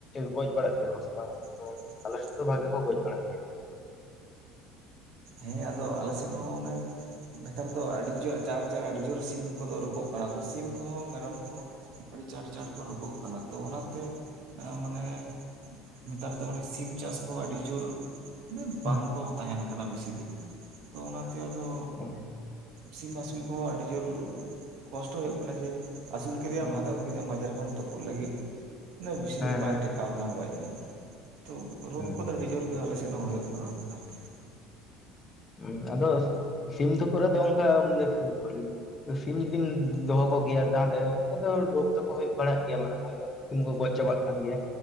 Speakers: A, on the left; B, on the right.
A: ᱜᱚᱡ ᱵᱟᱲᱟᱜ ᱜᱮᱭᱟ ᱠᱚ ᱥᱮ ᱵᱟᱝ?
B: <inaudible>
A: ᱡᱮᱢᱚᱱ ᱟᱞᱮ ᱥᱮᱫ ᱵᱷᱟᱜᱮ ᱠᱳ ᱜᱚᱡ ᱵᱟᱲᱟᱜ ᱜᱮᱭᱟ
B: ᱦᱮᱸ ᱟᱫᱚ ᱟᱞᱮᱥᱮᱱ ᱦᱚᱸ ᱚᱱᱮ, ᱱᱮᱛᱟᱨ ᱫᱚ ᱟᱹᱰᱤ ᱡᱳᱨ ᱪᱟ ᱪᱟᱬ ᱟᱹᱰᱤ ᱡᱳᱨ ᱥᱤᱢ ᱠᱚᱫᱚ ᱨᱳᱜᱽ ᱚᱜ ᱠᱟᱱᱟ ᱠᱚ ᱥᱤᱢ ᱠᱚᱦᱚᱸ ᱢᱮᱨᱚᱢ ᱠᱚᱦᱚᱸ ᱟᱹᱰᱤ ᱪᱟᱬ ᱪᱟᱬ ᱠᱚ ᱨᱳᱜᱽ ᱚᱜ ᱠᱟᱱᱟ ᱛᱚ ᱚᱱᱟ ᱛᱮ ᱢᱟᱱᱮ ᱱᱮᱛᱟᱨ ᱫᱚ ᱢᱟᱱᱮ ᱥᱤᱢ ᱪᱟᱥ ᱠᱚ ᱟᱹᱰᱤ ᱡᱳᱨ ᱢᱟᱱᱮ
A: ᱦᱩᱸ
B: ᱵᱟᱝᱠᱚ ᱛᱟᱦᱮᱱ ᱠᱟᱱᱟ ᱵᱮᱥᱤ ᱫᱤᱱ ᱛᱚ ᱚᱱᱟᱛᱮ ᱟᱫᱚ
A: <unintelligible>
B: ᱥᱤᱢ ᱟᱹᱥᱩᱞ ᱠᱚᱦᱚᱸ ᱟᱹᱰᱤ ᱡᱳᱨ ᱠᱚᱥᱴᱚ ᱦᱩᱭᱩᱜ ᱠᱟᱱᱟ ᱡᱮ ᱟᱹᱥᱩᱞ ᱠᱮᱫᱮᱭᱟᱢ
A: ᱦᱩᱸ
B: ᱟᱫᱚᱠ ᱠᱮᱫᱟᱢ ᱵᱟᱡᱟᱨ ᱠᱷᱚᱱ ᱛᱩᱯᱩᱫ ᱞᱟᱹᱜᱤᱫ ᱢᱟᱱᱮ ᱵᱮᱥᱤ
A: ᱦᱮᱸ
B: ᱫᱤᱱ ᱵᱟᱭ
A: ᱦᱮᱸ
B: ᱴᱮᱠᱟᱣ ᱞᱮᱱᱟ ᱜᱚᱡ ᱮᱱᱟᱭ ᱛᱚ ᱨᱳᱜᱽ
A: ᱦᱩᱸ
B: ᱠᱚᱫᱚ ᱟᱹᱰᱤ ᱡᱳᱨ ᱠᱚᱫᱚ ᱟᱞᱮ ᱥᱮᱫ ᱦᱚᱸ ᱦᱩᱭᱩᱜ ᱠᱟᱱᱟ ᱟᱨᱠᱤ
A: ᱦᱩᱸ ᱟᱫᱚ ᱥᱤᱢ ᱛᱩᱯᱩᱜ ᱨᱮ ᱫᱚ ᱚᱱᱠᱟ <unintelligible> ᱥᱤᱢ ᱡᱩᱫᱤᱢ ᱫᱚᱦᱚ ᱠᱚᱜᱮᱭᱟ ᱛᱟᱦᱞᱮ ᱟᱫᱚ ᱨᱳᱜᱽ ᱛᱟᱠᱚ ᱦᱩᱭᱩᱜ ᱵᱟᱲᱟᱜ ᱜᱮᱭᱟ ᱢᱟᱱᱮ ᱟᱫᱚ ᱥᱤᱢ ᱠᱚ ᱜᱚᱡ ᱪᱟᱵᱟᱜ ᱠᱟᱱ ᱜᱮᱭᱟ